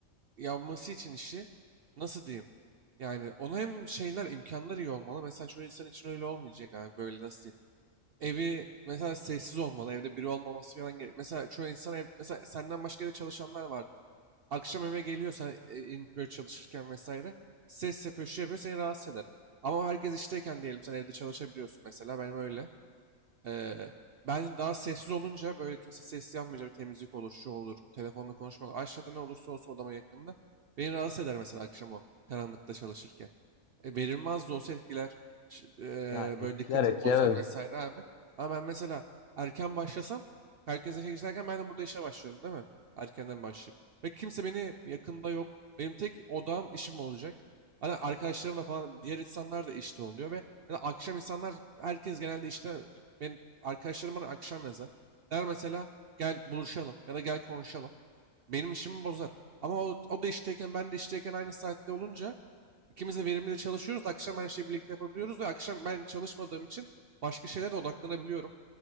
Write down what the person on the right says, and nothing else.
yapması için işi nasıl diyeyim? Yani onu hem şeyler imkanlar iyi olmalı. Mesela çoğu insan için öyle olmayacak abi böyle nasıl diyeyim? Evi mesela sessiz olmalı. Evde biri olmaması falan gerek. Mesela çoğu insan ev mesela senden başka da çalışanlar vardır. Akşam eve geliyor sen e, in- böyle çalışırken vesaire ses yapıyor, şey yapıyor seni rahatsız eder. Ama herkes işteyken diyelim sen evde çalışabiliyorsun mesela benim öyle. Eee, ben daha sessiz olunca böyle kimse sessiz yapmayınca bir temizlik olur, şu olur, telefonla konuşma olur. Aşağıda ne olursa olsun odama yakında. Beni rahatsız eder mesela akşam o karanlıkta çalışırken. E, verilmez de olsa etkiler. Ç- e,
böyle dikkatimi
bozar vesaire abi. Ama ben mesela erken başlasam herkes işe giderken ben de burada işe başlıyorum değil mi? Erkenden başlayayım. Ve kimse beni yakında yok. Benim tek odağım işim olacak. Hani arkadaşlarım da falan diğer insanlar da işte oluyor ve ya da akşam insanlar herkes genelde işte benim arkadaşlarım bana akşam yazar. Der mesela gel buluşalım ya da gel konuşalım. Benim işimi bozar. Ama o, o da işteyken ben de işteyken aynı saatte olunca İkimiz de verimli çalışıyoruz. Akşam her şeyi birlikte yapabiliyoruz ve akşam ben çalışmadığım için başka şeylere de odaklanabiliyorum.